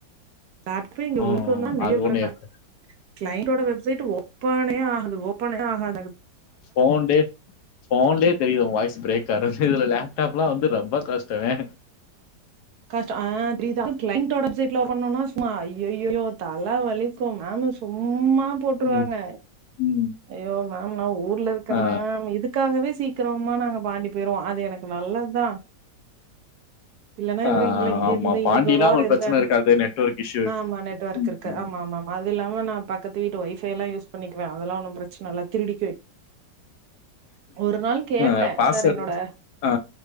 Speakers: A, on the right; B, on the left.
A: <unintelligible>
B: ம் அது ஒண்ணு இருக்கு.
A: கிளைண்ட்டோட வெப்சைட்டு ஓ ப்பானே ஆகுது ஓப்பனே ஆகாது அ
B: ஃபோன்டே போன்லியே தெரிது உங்க வாய்ஸ் ப்ரேக் கடைசி இதுல லேப்டாப்லா வந்து ரொம்ப கஷ்டமே
A: கஷ்ட அ த்ரீதா அது க்ளைண்ட்டோட வெப்சைட்ல ஒர்க் பண்ணோனா சும்மா அய்யய்யய்யோ தல வலிக்கு மேம் சும்மா அ போட்டுருவாங்க
B: ம் ம்
A: ஐயோ மேம் நான் ஊர்ல இருக்கே
B: ஆ
A: மேம் இதுக்காகவே சீக் ரமா நாங்க பாண்டி போயிருவோ அது எனக்கு நல்லத்தா இல்லன்னா இவரு
B: ஆ
A: இங்கல இங்க
B: ஆமா
A: இரு இங்க
B: பாண்டினா
A: த ஒரு வாரோ
B: உங்களுக்கு
A: இருங்க
B: பிரச்சன இருக்காது நெட்வொர்க் இஷ்யூ
A: ஆமா நெட்வொர்க் இருக்கருக்கா
B: ம்
A: ஆமா ஆமா ஆமா அது இல்லாம நா பக்கத்து வீட்டு ஒய்ஃபை எல்லா யூஸ் பண்ணிக்குவே அதெல்லா ஒண்ணு பிரச்சன இல்ல திருடிக்குவே ஒரு நாள் கேட்டே
B: ஆ பாஸ்வேர்டு
A: சார் என்னோட
B: ஆ